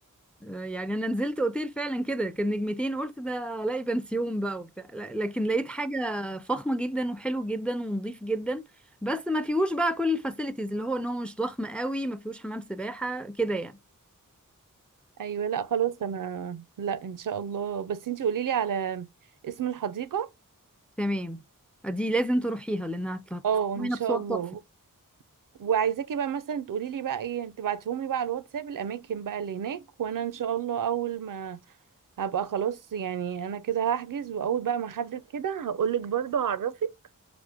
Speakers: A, in the centre; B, on the right.
A: آه، يعني انا نزلت اوتيل فعلا كده كان نجمتين قلت ده الاقي بنسيون بقى وبتاع لا- لكن لقيت حاجه فخمه جدا وحلو جدا ونظيف جدا بس ما فيهوش بقى كل الفاسيلتيز اللي هو ان هو مش ضخم قوي ما فيهوش حمام سباحه كده يعني
B: ايوه لا خلاص انا لا ان شاء الله بس انتي قولي لي على اسم الحديقه
A: تمام دي لازم تروحيها لانها هت-
B: اه
A: هتعملها
B: ان شاء
A: بصور
B: الله
A: تحفه
B: وعايزاكي بقى مثلا تقولي لي بقى ايه تبعتيهم لي بقى على الواتساب الاماكن بقى اللي هناك وانا ان شاء الله اول ما هبقى خلاص يعني انا كده هحجز واول بقى ما احدد كده هقول لك برضه هعرفك